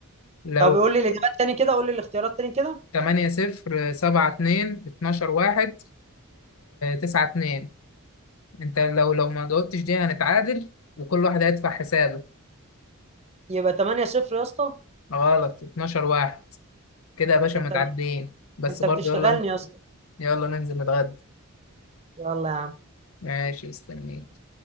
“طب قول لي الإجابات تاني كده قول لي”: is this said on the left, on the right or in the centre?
Right